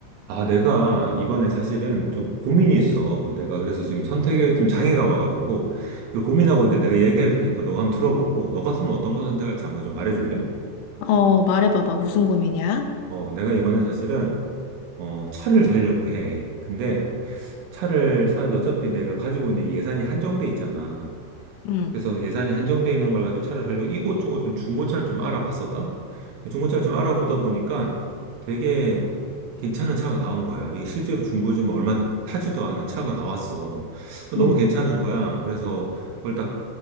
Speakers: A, on the right; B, on the left.
A: 아, 내가 이번에 사실은 좀 고민이 있어. 내가 그래서 지금 선택에 좀 장애가 와가지고, 이거 고민하고 있는데 내가 얘기할 테니까 너가 한번 들어보고, 너 같으면 어떤 걸 선택할지 한번 좀 말해줄래?
B: 어, 말해봐봐. 무슨 고민이야?
A: 어, 내가 이번에 사실은, 어, 차를 사려고 해. 근데 차를 사는데 어차피 내가 가지고 있는 예산이 한정돼 있잖아.
B: 응,
A: 그래서 예산이 한정돼 있는 걸 가지고 차를 살려고 이곳저곳 좀 중고차를 좀 알아봤었다. 중고차를 좀 알아보다 보니까 되게 괜찮은 차가 나온 거야. 이게 실제로 중고지만 얼마 타지도 않은 차가 나왔어. 너무
B: 응.
A: 괜찮은 거야. 그래서 그걸 딱